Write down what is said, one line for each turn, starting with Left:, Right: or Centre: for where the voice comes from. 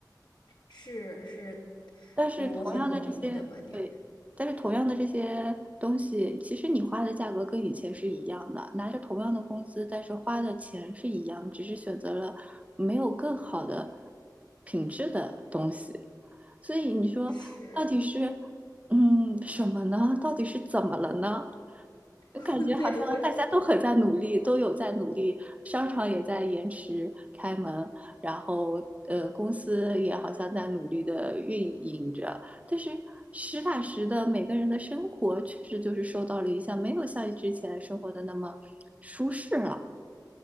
Left: 是是，
Right: 但是同样的这些，
Left: 我我很同意你的观点。
Right: 对，但是同样的这些东西，其实你花的价格跟以前是一样的，拿着同样的工资，但是花的钱是一样，只是选择了没有更好的品质的东西。所以你说到底是
Left: 是，
Right: 嗯什么呢？到底是怎么了呢？我感觉好像大家都很在努力，
Left: <laughs> 对，我也是。
Right: 都有在努力，商场也在延迟开门，然后呃，公司也好像在努力的运营着。但是实打实的，每个人的生活确实就是受到了影响，没有像之前生活的那么舒适了。